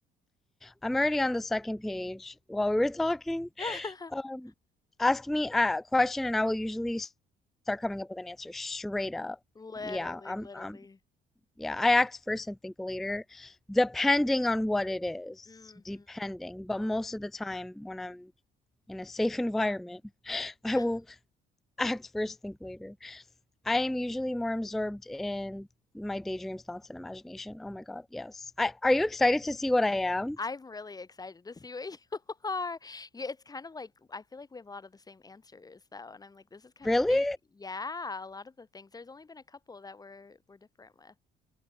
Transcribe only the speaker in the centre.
I'm already on the second page while we were talking.
Um, ask me a question and I will usually s- start coming up with an answer straight up.
Yeah, I'm
I'm Yeah, I act first and think later, depending on what it is.
Depending.
But most of the time, when I'm in a safe <laughs> environment, I
will act first, think later. I am usually more absorbed in my daydreams, thoughts, and imagination. Oh my God, yes. I, are you excited to see what I am?
Really?